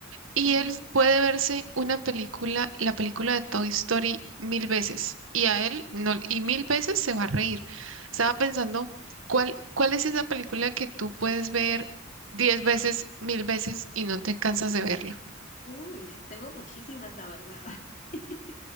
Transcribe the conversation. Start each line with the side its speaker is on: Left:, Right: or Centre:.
Right: y
Left: ujú.
Right: él puede verse una película, la película de Toy Story mil veces y a él no, y mil veces se va a reír. Estaba pensando, ¿cuál, cuál es esa película que tú puedes ver diez veces, mil veces y no te cansas de verla?
Left: Uy, tengo muchísimas, la verdad. <laughs>